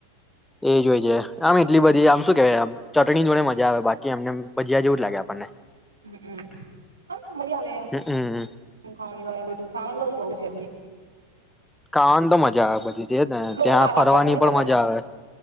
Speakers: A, in the centre; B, on the right.
A: એજ હોય છે આમ એટલી બધી આમ શું કેવાય આમ ચટણી જોડે મજા આવે બાકી એમ નેમ ભજીયા જેવું જ લાગે આપણને
B: હમમ અ હમ્મ મજા આવેમ
A: હમમ
B: ખાવાની તો બધું ખાવાનું તો બધું બોજ ઠેબની
A: ખાવાની તો મજા આવે બધી ને
B: લોકો
A: ત્યાં
B: ખાવા
A: ફરવાની
B: તો જીવે
A: પણ
B: આપડા
A: મજા
B: જેવા
A: આવે.